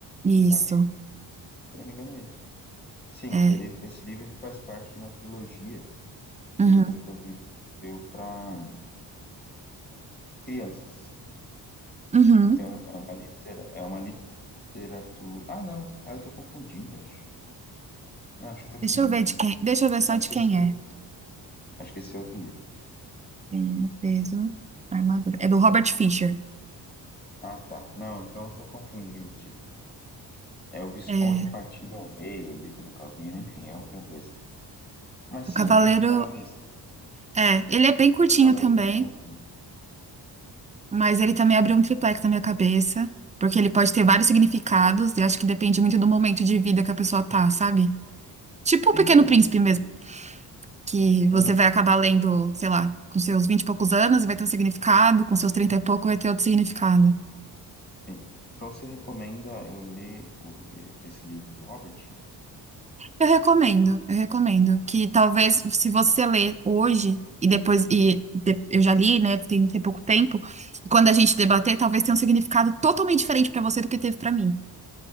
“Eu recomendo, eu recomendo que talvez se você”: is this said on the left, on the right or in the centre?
Right